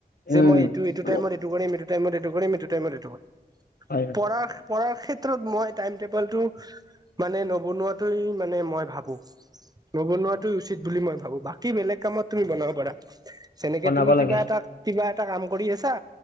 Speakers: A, on the right; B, on the left.
A: যে
B: উম
A: মই
B: মানে
A: টাইমত এইটো কৰিম এইটো টাইমত এইটো কৰিম। যিটো টাইমত এইটো কৰিম
B: হয়
A: পঢ়াৰ পঢ়াৰ ক্ষেত্ৰত মই টাইম টেবুল টো মানে নবনোৱাতোৱে মানে মই ভাবো। নবনোৱাতোৱে উচিত বুলি মই ভাবো। বাকী বেলেগ কামত তুমি বনাব পাৰা, যেনেকে
B: বনাব
A: তুমি
B: লাগে।
A: কিবা এটা কিবা এটা কাম কৰি আছা।